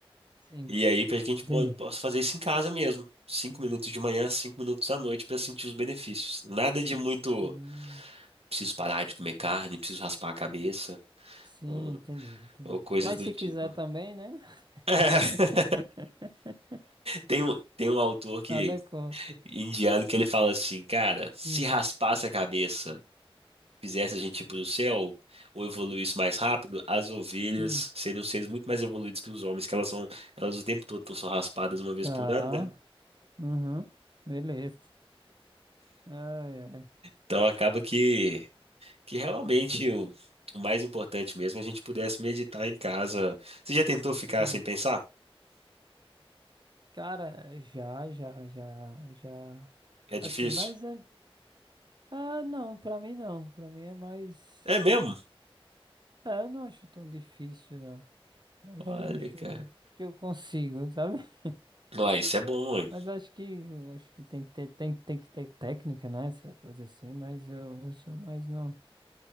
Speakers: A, on the right; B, on the right.
A: Sim,
B: E aí, para que a gente
A: entendi.
B: po- possa fazer isso em casa mesmo. Cinco minutos de manhã, cinco minutos à noite para sentir os benefícios. Nada de muito.
A: Hum,
B: Preciso parar de comer carne, preciso raspar a cabeça,
A: sim,
B: ou,
A: entendi, entendi.
B: ou coisas
A: Mas
B: do
A: se
B: tipo.
A: quiser também, né? <laughs>
B: <laughs> Tem um, tem um autor que,
A: Nada contra.
B: indiano que ele fala assim, cara, se
A: Hum,
B: raspasse a cabeça, fizesse a gente ir pro céu, ou evoluísse mais rápido, as ovelhas
A: hum.
B: seriam seres muito mais evoluídos que os homens, que elas são, elas o tempo todo são raspadas uma vez
A: Tá.
B: por ano, né?
A: Uhum. Beleza. Ai, ai.
B: Então acaba que que realmente o, o mais importante mesmo é a gente pudesse meditar em casa. Você já tentou ficar
A: Entendi.
B: sem pensar?
A: Cara, já, já, já, já.
B: É
A: Assim,
B: difícil?
A: mas. é- Ah, não, pra mim não. Pra mim é mais.
B: É mesmo?
A: É, eu não acho tão difícil, não. Acho,
B: Olha,
A: acho
B: cara.
A: que eu consigo, sabe? <laughs>
B: Ué, isso é bom, hein?
A: Mas acho que acho que tem que ter, tem, tem que ter técnica, né? Essa coisa assim, mas eu, eu sou mais no.